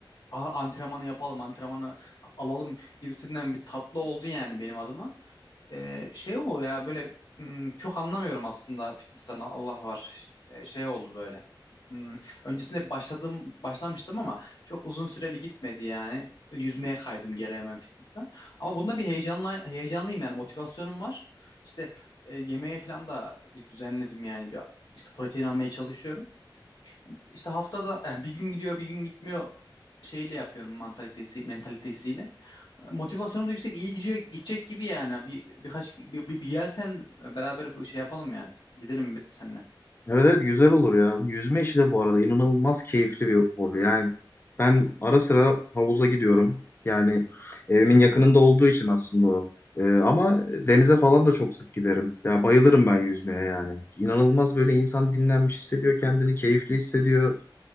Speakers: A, on the left; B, on the left.
A: a- antrenmanı yapalım, antrenmanı alalım gibisinden bir tatlı oldu yani benim adıma. Ee, şey o ya böyle hmm, çok anlamıyorum aslında fitness'ten Allah var. Ee, Şey oldu böyle. Hmm, öncesinde başladım başlamıştım ama çok uzun süreli gitmedi yani. Yüzmeye kaydım geri hemen fitness'ten. Ama bunda bir heyecanla heyecanlıyım yani motivasyonum var. İşte e, yemeğe falan da bir düzenledim yani bir işte protein almaya çalışıyorum. İşte haftada yani bir gün gidiyor bir gün gitmiyor şeyle yapıyorum mantalitesi mentalitesiyle. Motivasyonum da yüksek. iyi gidiyor gidecek gibi yani. Bir birkaç bir, bir, bir gel sen beraber bir şey yapalım yani. Gidelim bir- seninle.
B: Evet evet güzel olur ya. Yüzme işi de bu arada inanılmaz keyifli bir hobi. Yani ben ara sıra havuza gidiyorum. Yani evimin
A: Hı.
B: yakınında olduğu için aslında o. Ee, ama denize falan da çok sık giderim. Ya bayılırım ben yüzmeye yani. İnanılmaz böyle insan dinlenmiş hissediyor kendini, keyifli hissediyor.